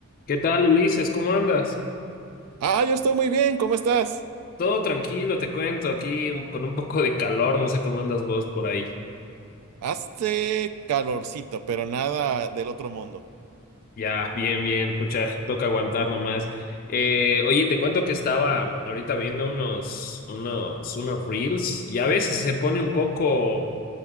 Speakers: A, on the left (about 40°); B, on the right (about 80°).
A: ¿Qué tal, Ulises? ¿Cómo andas?
B: Ah, yo estoy muy bien, ¿cómo estás?
A: Todo tranquilo, te cuento, aquí un- con un poco de calor, no sé cómo andas vos por ahí.
B: Hace calorcito, pero nada del otro mundo.
A: Ya, bien, bien, pucha, toca aguantar nomás. Eh, oye, te cuento que estaba ahorita viendo unos, unos, unos reels y a veces se pone un poco,